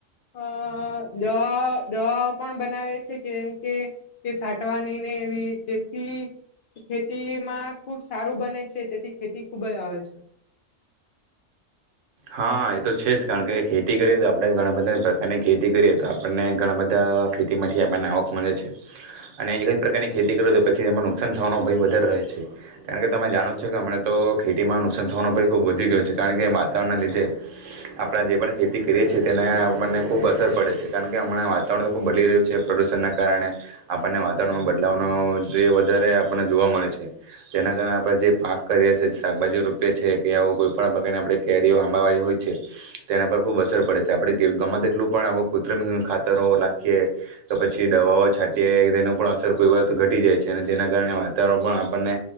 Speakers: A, on the left; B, on the right.
A: અ દવા દવાઓ પણ બનાવે છે કેમ કે તે સાટવાની ને એવી જેથી ખેતીમાં ખુબ સારું બને છે તેથી ખેતી ખૂબ જ આવે છે.
B: હા એ તો છે જ કારણ કે ખેતી કરીએ તો આપણે ઘણા બધા પ્રકારની ખેતી કરીએ તો આપણને ઘણા બધા ખેતી માંથી આપણને આવક મળે છે અને એક જ પ્રકારની ખેતી કરીએ તો પછી એમાં નુકસાન થવાનો ભય વધારે રહે છે કારણ કે તમે જાણો છો કે હમણા તો ખેતીમાં નુકસાન થવાનો ભય ખૂબ વધી ગયો છે કારણ કે વાત ના લીધે આપણે જે પણ ખેતી કરીએ છીએ તેને આપણને ખૂબ અસર પડે છે કારણ કે કે હમણાં વાતાવરણ તો ખુબ બદલી રહ્યું છે પ્રદુષણ ના કારણે આપણને વાતાવરણમાં બદલાવનો જે વધારે આપણને જોવા મળે છે જેના કારણે આપણે જે પાક કરીએ છીએ શાકભાજી રોપએી કે આવ કોઈ પણ પ્રકારને આપણે કેરી આંબાવાળ હોય છે તેના પર ખૂબ અસર પડે છે આપણે ગમત એટલું પણ આપણે કૃત્રિમ ખાતરો રાખીએ તો પછી દવાઓ છાંટીએ તેનો પણ અસર કોઈ વખત ઘટી જાય છે અને જેના કારણે વાતાવરણ પણ આપણને